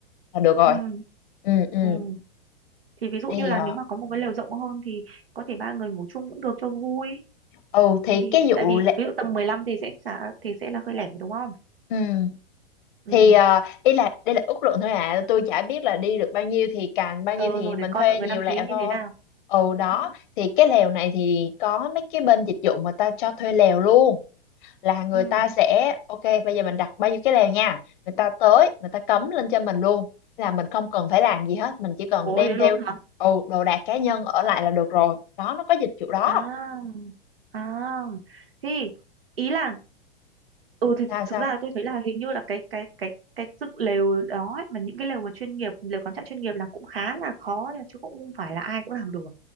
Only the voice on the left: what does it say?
là được rồi
ừ ừ
thì
ờ,
ừ thì
cái
vụ
lệ-
ừ
thì ờ, ý là đây là ước lượng thôi à tôi chả biết là đi được bao nhiêu thì càng bao
nhiêu thì
mình
thuê
nhiều
lều
thôi
ừ
đó
thì cái lều này thì có mấy cái bên dịch vụ mà ta cho thuê lều luôn là người
ta sẽ ok bây giờ mình đặt bao nhiêu cái lèo nha người ta tới người ta cấm lên cho mình luôn là mình không cần phải làm gì hết mình chỉ cần
đem
theo
ừ, đồ đạc cá nhân ở lại là được rồi đó nó có dịch vụ đó
sao
sao